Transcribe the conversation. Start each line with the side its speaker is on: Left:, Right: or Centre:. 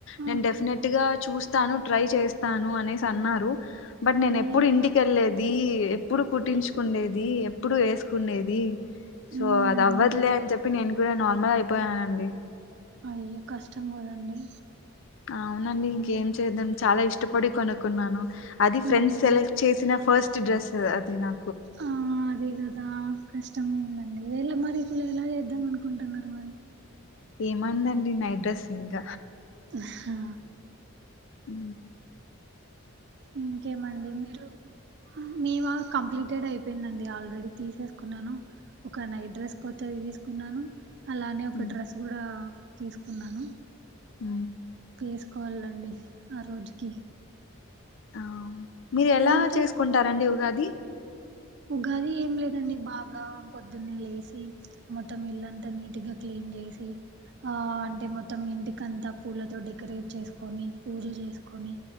Right: ఆ
Left: నేను డెఫినెట్ గా చూస్ స్తాను, ట్రై చేస్తాను అనేసి అన్నారు. బట్ నేను
Right: అయ్యయ్యో
Left: ఎప్పుడు ఇంటికెళ్ళలేది ఎప్పుడు కుట్టించు కుండేది ఎప్పుడు ఎసుకుండేది సో
Right: ఉమ్
Left: అది అవ్వద్లే చెప్ప పిన్నయ్ నార్మల్ అయిపోయానండి
Right: అయ్యో కష్టం కదండి
Left: అవునండి ఇంకేం చేద్దాం చాలా ఇష్టపడి కొనుక్కున్నాను అది ఫ్రెండ్స్
Right: ఉమ్
Left: సెలెక్ట్ చేసిన ఫస్ట్ స్ డ్రెస్ అది నా
Right: ఆ అదే కదా కష్టమైంది అండి వేళ్ళ మరి ఇప్పుడు ఎలా చేద్దాం అనుకుంటున్నారు మరి
Left: ఏమందండి నైట్ డ్రెస్సిఇంగ
Right: హా
Left: ఉ
Right: ఇంకేమండి మీరు మేము కంప్లీటెడ్ అయిపోయిందండి ఆల్రెడీ తీసేసుకున్నాను ఒక నైట్ డ్రెస్ కొత్తది తీసుకున్నాను అలానే ఒక
Left: ఉమ్,
Right: డ్రెస్ గుడా తీసుకున్నాను
Left: ఉ
Right: తీసుకోవాలండి ఆ రోజుకి
Left: ఆ, మీరు ఎలా
Right: ఏం చేస్
Left: చేసుకుంటారండి ఉ దది
Right: ఉగాది ఏం లేదండి బాగా పొద్దున్నే లేసి మొటం ఇల్ అంతా నీటిగా క్లీన్ చేసి ఆ అంటే మొత్తం ఇంటికి అంతా పూలతో డెకరేట్ చేసుకొని పూజ చేసుకొని